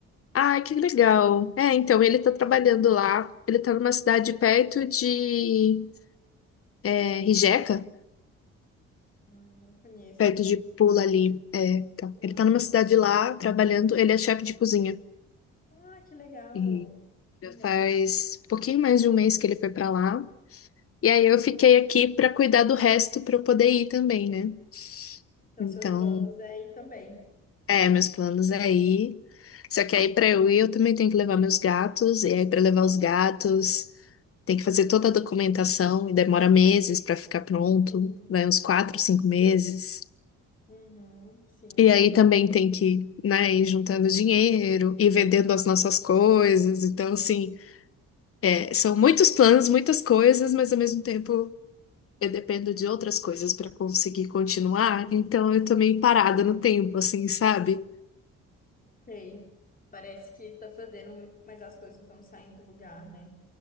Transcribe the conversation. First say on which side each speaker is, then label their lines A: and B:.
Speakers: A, on the left; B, on the left.
A: Ai, que legal. É, então
B: Foi bem
A: ele
B: legal.
A: tá trabalhando lá. Ele tá numa cidade perto de é, Rijeka,
B: Hum, não conheço.
A: perto de Pula ali. É, tá.
B: Hum.
A: Ele tá numa cidade lá trabalhando. Ele é chefe de cozinha.
B: Ah, que legal.
A: E
B: Que
A: já
B: legal.
A: faz um pouquinho mais de um mês que ele foi pra lá. E aí eu fiquei aqui para cuidar do resto para eu poder ir também, né?
B: Então,
A: Então,
B: seus planos é ir também.
A: é, meus planos é ir. Só que aí para eu ir, eu também tenho que levar meus gatos, e aí para levar os gatos, tem que fazer toda a documentação e demora meses para ficar pronto,
B: Sim.
A: vai uns quatro, cinco meses.
B: Uhum, sim.
A: E aí também tem que, né, ir juntando dinheiro e vendendo as nossas coisas. Então, assim, é, são muitos planos, muitas coisas, mas ao mesmo tempo eu dependo de outras coisas para conseguir continuar, então eu tô meio parada no tempo, assim, sabe?
B: Sei. Parece que está fazendo, mas as coisas não estão saindo do lugar, né?